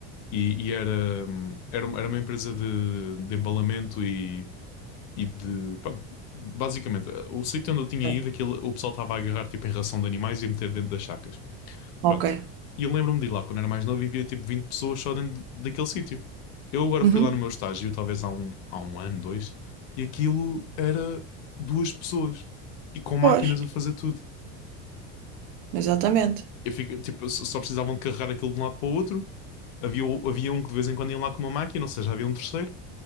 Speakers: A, on the left (about 60°); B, on the right (about 70°).
A: E, e era, hum, era, uma- era uma empresa de, de embalamento e, e de. pá, basicamente, eh, o sítio onde eu tinha
B: Certo.
A: ido, aquilo, o pessoal estava a agarrar tipo, em ração de animais e a meter dentro das sacas.
B: Ok.
A: Pronto. E eu lembro-me de ir lá quando era mais novo e via tipo 20 pessoas só dentro daquele sítio. Eu agora
B: Uhum.
A: fui lá no meu estágio, talvez há um, há um ano, dois, e aquilo era duas pessoas e com máquinas
B: Pois,
A: a fazer tudo.
B: exatamente.
A: Eu fico, tipo, só só precisavam de carregar aquilo de um lado para o outro. Havia, o- havia um que de vez em quando ia lá com uma máquina, ou seja, havia um terceiro,